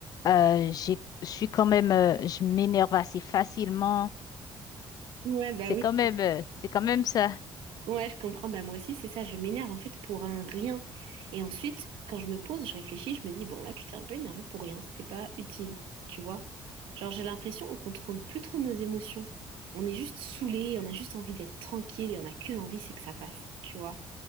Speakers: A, on the left; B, on the right.
A: euh, j'ai- je suis quand même, euh, je m'énerve assez facilement.
B: Ouais, bah
A: C'est
B: oui.
A: quand même, euh, c'est quand même ça.
B: Ouais, je comprends. Bah moi aussi, c'est ça. Je m'énerve en fait pour un rien. Et ensuite, quand je me pose, je réfléchis, je me dis, bon, là, tu t'es un peu énervé pour rien. C'était pas utile. Tu vois? Genre, j'ai l'impression on contrôle plus trop nos émotions. On est juste saoulé, on a juste envie d'être tranquille et on n'a qu'une envie, c'est que ça passe. Tu vois?